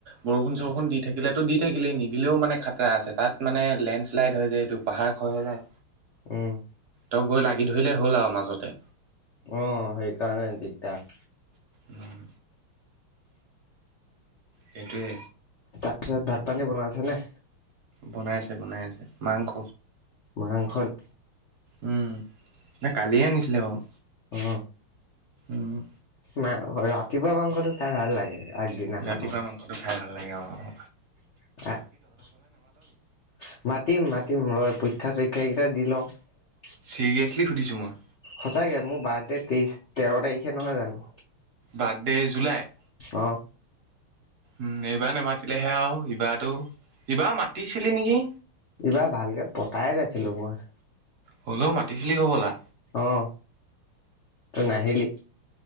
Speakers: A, on the right; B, on the left.
A: বৰষুণ চৰষুণ দি থাকিলে তো দি থাকিলেই নিদিলেও মানে খাতৰা আছে তাত মানে লেন্স শ্লাইড হৈ যায় এইটো পাহাৰ খহি যায়।
B: উম
A: তক গৈ লাগি ধৰিলেই হ'ল আৰু মাজতে
B: অ সেইকাৰণে দিগদাৰ।
A: উম সেইটোৱে
B: তাৰপিছত ভাত পানী বনাই আছে নে?
A: বনাই আছে বনাই আছে মাংস
B: মাংস নি
A: উম! ন কালিয়ে আনিছিলে বাৰু
B: অ
A: উম!
B: মা হয় ৰাতিপুৱা মাংসটো খাই ভাল লাগে। আগদিনাখনৰ
A: ৰাতিপুৱা মাংসটো খাই ভাল লাগে অ অ।
B: আহ মাতিম মাতিম ৰয় পৰীক্ষা চৰীক্ষা কেইটা দি লও
A: চিৰিয়াছলি সুধিছো মই।
B: সঁচাকে মোৰ বাৰ্থডে তেইশ তেৰ তাৰিখে নহয় জানো
A: বাৰ্থডে জুলাই।
B: অঁ
A: উম এইবাৰ নোমাতিলেহে আও ইবাৰ টো ইবাৰ মাতিছিলি নেকি?
B: ইবাৰ ভালকে পতাই নাছিলো মই।
A: হ'লেও মাতিছিলি হ'বলা।
B: অ তই নাহিলি।